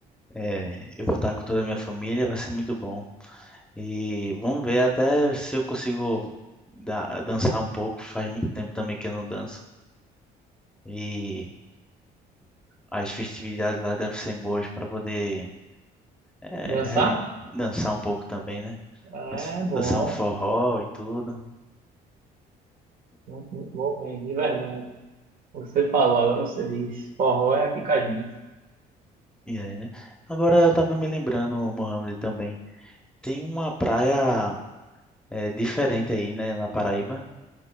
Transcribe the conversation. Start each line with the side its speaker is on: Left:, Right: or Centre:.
Centre: é, eu vou estar com toda a minha família, vai ser muito bom. E vamos ver até se eu consigo da- dançar um pouco. Faz muito tempo também que eu não danço. E as festividades lá devem ser boas para poder é,
Right: Dançar?
Centre: relem- dançar um pouco também, né?
Right: É
Centre: Dança-
Right: bom.
Centre: Dançar um forró e tudo.
Right: Muito, muito bom mesmo, de verdade. Você falou, agora você diz. Forró é aqui com a gente.
Centre: E aí, né? Agora eu tava me lembrando, Mohamed, também. Tem uma praia é, diferente aí, né, na Paraíba,